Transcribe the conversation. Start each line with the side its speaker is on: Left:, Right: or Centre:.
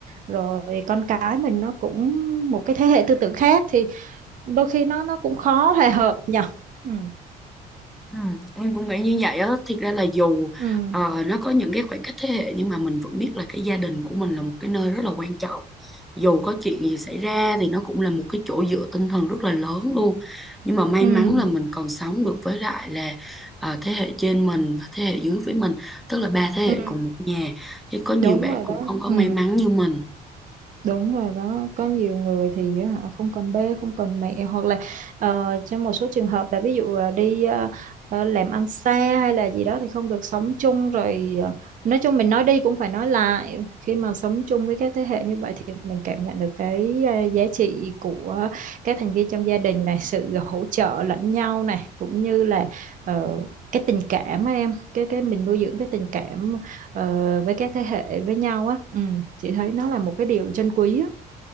Right: rồi con cái mình nó cũng một cái thế hệ tư tưởng khác thì đôi khi nó nó cũng khó hòa hợp nhỉ ừ
Centre: Ừ, em cũng nghĩ như vậy á thiệt ra là dù
Right: ừ
Centre: ờ, nó có những cái khoảng cách thế hệ nhưng mà mình vẫn biết là cái gia đình của mình là một cái nơi rất là quan trọng dù có chuyện gì xảy ra thì nó cũng là một cái chỗ dựa tinh thần rất là lớn luôn nhưng mà may
Right: ừ
Centre: mắn là mình còn sống được với lại là ờ, thế hệ trên mình và thế hệ dưới với mình tức là ba thế hệ
Right: ừ
Centre: cùng một nhà chứ có nhiều
Right: đúng
Centre: bạn
Right: rồi
Centre: cũng
Right: đó
Centre: không có
Right: ừ
Centre: may mắn như mình
Right: Đúng rồi đó, có nhiều người thì á, họ không còn ba, không còn mẹ hoặc là ờ, trong một số trường hợp là ví dụ ờ, đi ờ, ờ, làm ăn xa hay là gì đó thì không được sống chung rồi ờ, nói chung mình nói đi cũng phải nói lại khi mà sống chung với các thế hệ như vậy thì mình cảm nhận được cái ờ, giá trị của các thành viên trong gia đình này, sự hỗ trợ lẫn nhau này cũng như là ờ, cái tình cảm á em, cái cái mình nuôi dưỡng cái tình cảm ờ, với các thế hệ với nhau á ừ, chị thấy nó là một cái điều trân quý á